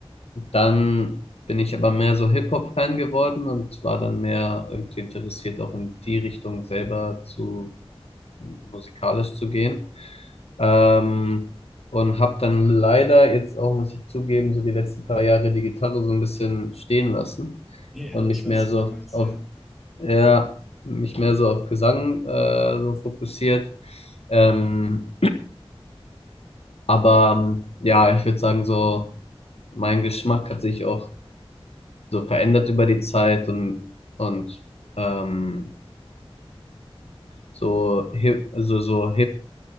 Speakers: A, on the left; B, in the centre.
A: dann bin ich aber mehr so Hip-Hop-Fan geworden und war dann mehr irgendwie interessiert, auch in die Richtung selber zu musikalisch zu gehen. Ähm, und habe dann leider jetzt auch, muss ich zugeben, so die letzten paar Jahre die Gitarre so ein bisschen stehen lassen
B: Ja,
A: und nicht
B: ich weiß,
A: mehr
B: was
A: so
B: du
A: auf,
B: meinst,
A: auf
B: ja.
A: ja, mich mehr so auf Gesang äh, so fokussiert. Ähm, aber ähm, ja, ich würde sagen, so mein Geschmack hat sich auch so verändert über die Zeit und, und ähm, so Hip, also so